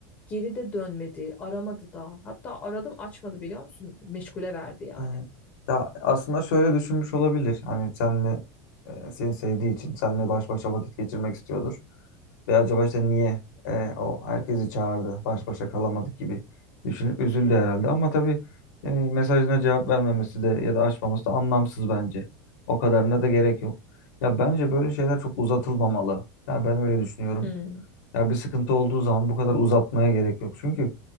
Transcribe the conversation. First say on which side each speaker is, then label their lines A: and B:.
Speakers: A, on the left; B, on the left.
A: Geri de dönmedi, aramadı da. Hatta aradım açmadı biliyor musun? Meşgule verdi yani.
B: Evet. Ya aslında şöyle düşünmüş olabilir. Hani senle e, seni sevdiği için seninle baş başa vakit geçirmek istiyordur. Ve acaba işte niye e, o herkesi çağırdı, baş başa kalamadık gibi düşünüp üzüldü herhalde. Ama tabii e, mesajına cevap vermemesi de ya da açmaması da anlamsız bence. O kadarına da gerek yok. Ya bence böyle şeyler çok uzatılmamalı. Ya ben öyle düşünüyorum.
A: Hmm,
B: Ya bir sıkıntı olduğu zaman bu kadar uzatmaya gerek yok. Çünkü